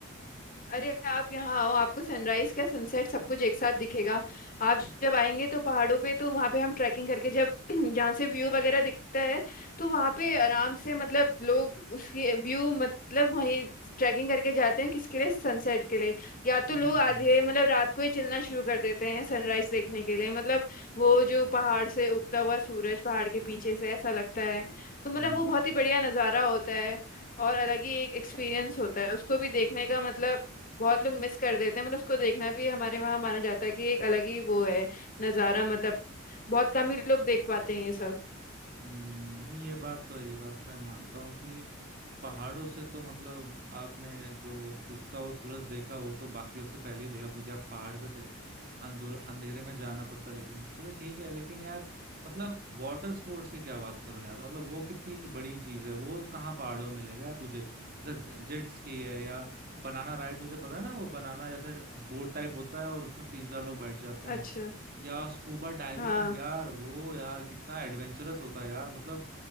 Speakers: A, on the left (about 45°); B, on the right (about 50°).
A: अरे आप यहाँ आओ आपको सनराइज क्या सनसेट सब कुछ एक साथ दिखेगा आप जब आएंगे तो पहाड़ों पे तो वहाँ पे हम ट्रैकिंग करके जब <clears throat> जहाँ से व्यू वगैरह दिखता है तो वहाँ पे आराम से मतलब लोग उसकी व्यू मतलब वहीं ट्रैकिंग करके जाते हैं किसके लिए सनसेट के लिए या तो
B: हम्म
A: लोग
B: हम्म
A: आधे
B: हम्म
A: मतलब रात को ही चलना शुरू कर देते हैं सनराइज देखने के लिए मतलब वो जो पहाड़ से उगता हुआ सूरज पहाड़ के पीछे से ऐसा लगता है तो मतलब
B: हम्म।
A: वो बहुत ही बढ़िया नज़ारा होता है और अलग ही एक एक्सपीरियंस होता है उसको भी देखने का मतलब बहुत लोग मिस कर देते हैं मतलब उसको देखना भी हमारे वहाँ माना जाता है कि एक अलग ही वो है नज़ारा मतलब बहुत कम ही लोग देख पाते हैं ये सब
B: हम्म, नहीं ये बात तो है ये बात मैं मानता हूँ कि पहाड़ों से तो मतलब आपने जो उगता हुआ सूरज देखा वो तो बाकियों से पहले ही देखा क्योंकि आप पहाड़ पे थे अंधेर अंधेरे में जाना पड़ता लेकिन चलो ठीक है लेकिन यार मतलब वाटर स्पोर्ट्स की क्या बात करूं यार मतलब वो कितनी बड़ी चीज है वो कहाँ पहाड़ों में मिलेगा यार तुझे जैसे जेट स्की है या बनाना राइड तुझे पता है ना वो बनाना जैसे बोट टाइप होता है और उसमें तीन चार लोग बैठ जाते
A: अच्छा
B: हैं या स्कूबा डाइविंग
A: हाँ
B: यार वो यार कितना एडवेंचरस होता है यार मतलब